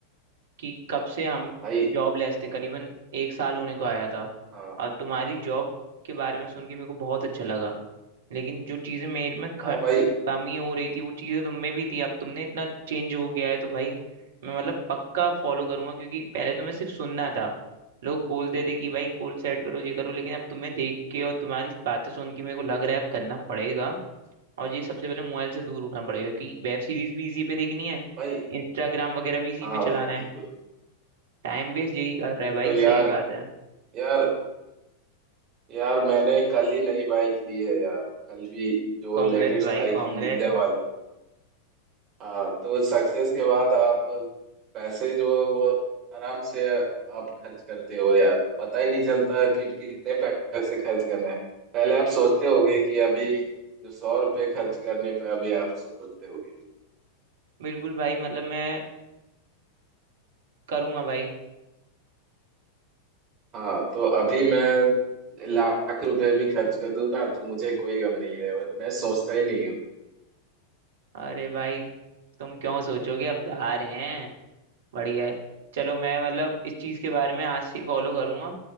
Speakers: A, on the right; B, on the right.
A: कि कब से हम
B: भाई
A: जॉबलेस थे करीबन एक साल होने को आया था
B: हाँ
A: और तुम्हारी जॉब के बारे में सुन के मेरे को बहुत अच्छा लगा लेकिन जो चीज़ें मेरे में ख-
B: हाँ भाई
A: कमी हो रही थी वो चीज़ें तुम में भी थी अब तुमने इतना चेंज हो गया है तो भाई मैं मतलब पक्का फॉलो करूंगा क्योंकि पहले तो मैं सिर्फ सुनना था लोग बोलते थे कि भाई गोल सेट करो ये करो लेकिन अब तुम्हें देख के और तुम्हारी बातें सुन के मेरे को लग रहा है अब करना पड़ेगा और ये सबसे पहले मोबाइल से दूर होना पड़ेगा कि वेब सीरीज भी इसी पे देखनी है
B: भाई
A: इंस्टाग्राम वगैरह भी इसी
B: हाँ
A: पे चलाना
B: भाई बिल्कुल
A: है टाइम वेस्ट यही कर रहा
B: बिल्कुल
A: है भाई
B: यार
A: सही बात है
B: यार यार मैंने कल ही नई बाइक ली है यार कल भी जो
A: कांग्रेस
B: लेटेस्ट
A: भाई
B: बाइक
A: कांग्रेस
B: है निंजा वाली हाँ तो सक्सेस के बाद आप पैसे जो है वो आराम से आप खर्च करते हो यार पता ही नहीं चलता कि कितने पैसे खर्च करना है पहले आप सोचते होगे कि अभी जो सौ रुपये खर्च करने पे अभी आप सोचते होगे
A: बिल्कुल भाई मतलब मैं करूंगा भाई
B: हाँ तो अभी मैं लाख रुपए भी खर्च कर दूं ना तो मुझे कोई गम नहीं है मैं सोचता ही नहीं हूँ
A: अरे भाई तुम क्यों सोचोगे अब तो हारे हैं बढ़िया है चलो मैं मतलब इस चीज के बारे में आज से ही फॉलो करूंगा